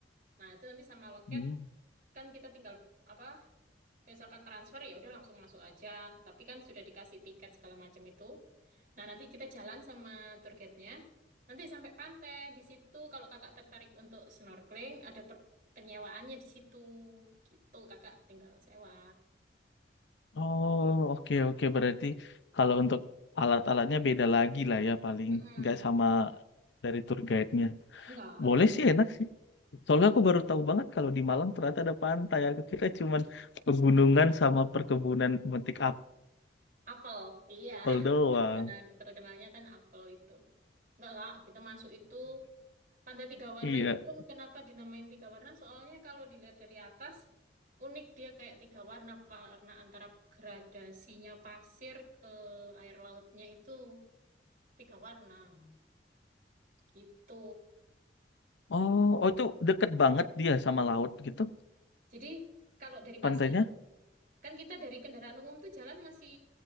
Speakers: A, on the right; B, on the left.
A: Nah, itu nanti sama loket
B: mhm.
A: kan kita tinggal apa? Misalkan transfer ya udah langsung masuk aja. Tapi kan sudah dikasih tiket segala macam itu. Nah, nanti kita jalan sama tour guide-nya. Nanti sampai pantai di situ kalau kakak tertarik untuk snorkeling ada per- penyewaannya di situ. Gitu kakak tinggal sewa.
B: Oh, oke oke berarti kalau untuk alat-alatnya beda lagi lah ya paling
A: Mm-mm.
B: nggak sama dari tour guide-nya.
A: Enggak.
B: Boleh sih enak sih. Soalnya aku baru tahu banget kalau di Malang ternyata ada pantai. Aku kira cuman pegunungan sama perkebunan metik
A: Apel, iya.
B: apel doang.
A: <laughs> Terkenal, terkenalnya kan apel itu. Enggak, Kak, kita masuk itu pantai tiga warna
B: Iya.
A: itu pun kenapa dinamain tiga warna? Soalnya kalau dilihat dari atas, unik dia kayak tiga warna, warna antara gradasinya pasir ke air lautnya itu tiga warna. Gitu.
B: Oh, oh itu deket banget dia sama laut gitu
A: Jadi kalau dari
B: pantainya.
A: pasir Kan kita dari kendaraan umum tuh jalan masih